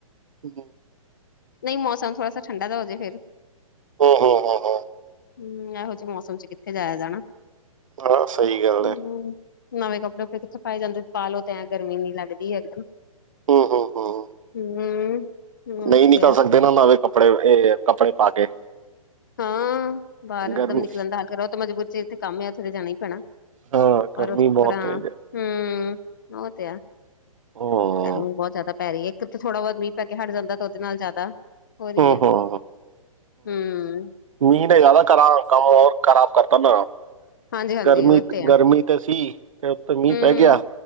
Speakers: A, on the right; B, on the left.
A: ਹੂੰ
B: ਨਈ ਮੌਸਮ ਥੋੜਾ ਸਾ ਠੰਡਾ ਦਾ ਹੋਜੇ ਫੇਰ।
A: ਹੂੰ-ਹੂੰ-ਹੂੰ
B: ਹੂੰ ਐਹੋ ਜੇ ਮੌਸਮ ਚ ਕਿੱਥੇ ਜਾਇਆ ਜਾਣਾ
A: ਹਾਂ ਸਹੀ ਗੱਲ
B: ਹੂੰ।
A: ਹੈ
B: ਨਵੇਂ ਕੱਪੜੇ ਫਿਰ ਕਿੱਥੇ ਪਾਏ ਜਾਂਦੇ ਪਾ ਲੋੋ ਤੇ ਐਂ ਗਰਮੀ ਇੰਨੀ ਲੱਗਦੀ ਏਕਦਮ।
A: ਹੂੰ-ਹੂੰ-ਹੂੰ
B: ਹੂੰ। ਹੂੰ,
A: ਨਈ
B: ਤੇ
A: ਨਿਕਲ
B: ਆ
A: ਸਕਦੇ ਨਾ ਨਵੇਂ ਕੱਪੜੇ ਏ ਅ ਕੱਪੜੇ ਪਾ ਕੇ।
B: ਹਾਂ ਬਾਰ
A: ਗਰਮੀ
B: ਦਮ ਨਿਕਲਣਦਾ ਨਾ ਕਰੋ ਓ ਤਾਂ ਮਜ਼ਬੂਰੀ ਚ ਜਿੱਥੇ ਕੰਮ ਆ ਉੱਥੇ ਤਾਂ ਜਾਣਾ ਈ ਪੈਣਾ।
A: ਹਾਂ ਗਰਮੀ
B: ਓਰ ਉਸ
A: ਬਹੁਤ
B: ਤਰਾਂ
A: ਤੇਜ਼ ਹੈ
B: ਹੂੰ ਓ ਤੇ ਐ।
A: ਹੂੰ
B: ਗਰਮੀ ਬੋ ਜਾਦਾ ਪੈਰੀ ਐ ਇੱਕ ਤਾਂ ਥੋੜਾ ਬੋਤ ਮੀਂਹ ਪੈ ਕੇ ਹਟ ਜਾਂਦਾ ਤਾਂ ਓਦੇ ਨਾਲ ਜਾਦਾ ਹੋਰੀ
A: ਹੂੰ
B: ਐ
A: ਹੂੰ
B: ਹੂੰ।
A: ਮੀਂਹ ਨੇ ਜਾਦਾ ਕਰਾਂ ਕੰਮ ਓਰ ਖਰਾਬ ਕਰਤਾ ਨਾ।
B: ਹਾਂਜੀ-ਹਾਂਜੀ
A: ਗਰਮੀ-ਗਰਮੀ
B: ਉਹ ਤੇ ਆ
A: ਤੇ ਸੀ ਤੇ ਉਤੇ ਮੀਂਹ
B: ਹੂੰ।
A: ਪੈ ਗਿਆ